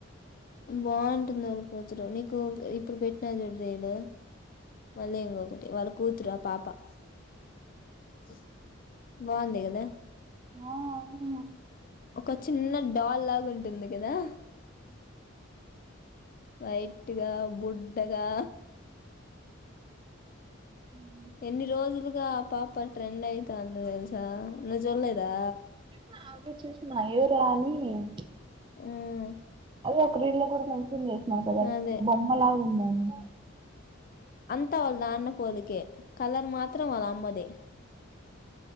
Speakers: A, on the left; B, on the right.
A: బాగుంటుంది వాళ్ళు కూతురు నీకు ఇప్పుడు పెట్టినా చూడు రీల్ మళ్ళీ ఇంకొకటి వాళ్ళ కూతురు ఆ పాప ఓ బాగుంది కదా
B: ఆ అవును ఏమో
A: ఒక చిన్న డాల్ లాగా ఉంటుంది కదా అ వైట్ గా బుడ్డగా
B: మ్మ్
A: ఎన్ని రోజులుగా ఆ పాప ట్రెండ్ అయితాంది తెలుసా నవ్వు చూడలేదా
B: చూసిన అదే చూసిన ఎవరా అని ఉమ్
A: ఆ
B: ఒక రీల్ కూడా రాక్షన్ చేసినారు కదా
A: అదే
B: బొమ్మలా ఉంద ఆమె
A: తా వాళ్ళ నాన్న పోలికే కలర్ మాత్రం వాళ్ళ అమ్మది